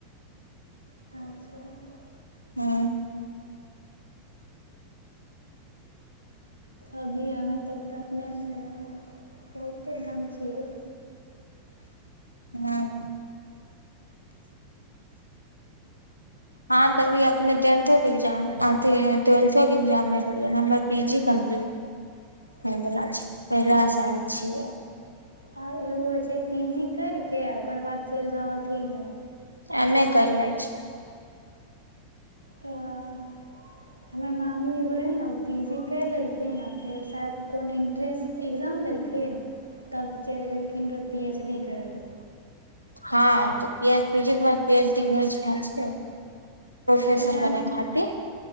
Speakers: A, on the right (about 90°); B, on the left (about 80°).
A: अच्छा
B: हुँ
A: अभी हमे तऽ तऽ अपनेसँ बहुते दाम छियै
B: हाँ हँ तभी अपने टेंथोक के एग्जाम अथिी ट्वेल्थो के एग्जाममे देलियै नं्बर पी जी
A: हँ
B: कम्प्लीट
A: पी
B: हँ बोला पहिला स छैै
A: हँ एगो छै से पी जी करिके ओकर बाद चलि जाउ अथीमे
B: एमे क ले छी
A: अ, हमर मामी एगो रहै ओ पी जी करि लेलखिन आ फेर शायद कोन इन्ट्रेंस एक्जाम देलखिन तब चलि गेलखिन र पी एच की करैय लय
B: हँ त प्यज पीज एक बर प्याजी छै फसर
A: उएह
B: बनाै खाति